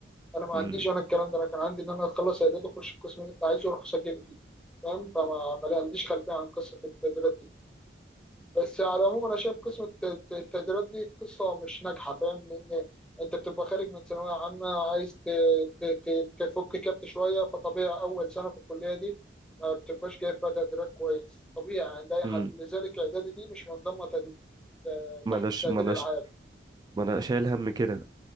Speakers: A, in the centre; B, on the right.
A: انا ما
B: امم
A: عنديش انا الكلام ده انا كان عندي ان انا اخلص اعداد واخش القسم اللي انت عايزه واروح اسجل فيه فاهم فما ما لي- عنديش خلفيه عن قصه التقديرات دي بس على العموم انا شايف قسم الت- الت- التقديرات دي قصه مش ناجحه فاهم لان انت بتبقى خارج من ثانويه عامه عايز ت- ت- ت- تفك كبت شويه فطبيعي اول سنه في الكليه دي ما بتبقاش جايب فيها تقديرات كويس طبيعي عند اي
B: امم
A: حد لذلك اعدادي دي مش منضمه تقدير-
B: ما
A: تحت
B: اناش
A: التقدير
B: ما اناش
A: العام
B: ما انا شايل هم كده